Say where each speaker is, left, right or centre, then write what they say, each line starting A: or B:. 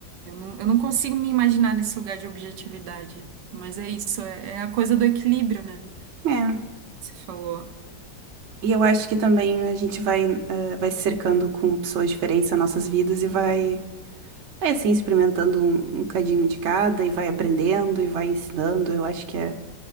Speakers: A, on the right; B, on the right.
A: Eu não, eu não consigo me imaginar nesse lugar de objetividade. Mas é isso, é, é a coisa do equilíbrio, né?
B: É.
A: Você falou.
B: E eu acho que também a gente vai, eh, vai se cercando com pessoas diferentes nas nossas vidas e vai, vai assim, experimentando um, um cadinho de cada e vai aprendendo e vai ensinando. Eu acho que é